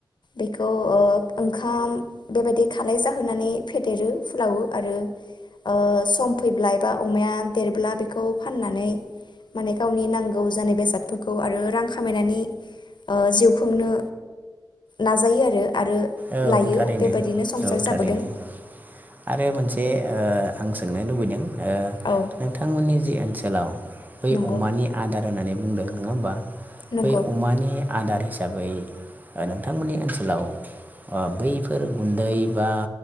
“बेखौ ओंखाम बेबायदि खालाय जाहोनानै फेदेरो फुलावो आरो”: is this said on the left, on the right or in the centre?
Left